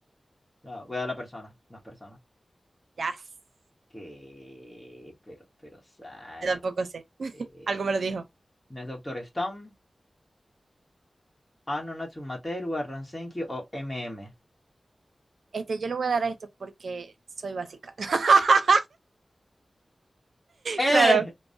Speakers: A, on the left; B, on the right.
A: No, voy a la persona, no es persona.
B: Ya, sé,
A: que, pero, pero, Sara,
B: tampoco sé.
A: que...
B: Algo me lo dijo.
A: ¿No es Doctor Stone? Ano Natsumateru, Arran Senkyu o M M.
B: Este, yo le voy a dar a esto porque soy básica. <laughs>
A: ¡Eh!
B: Claro,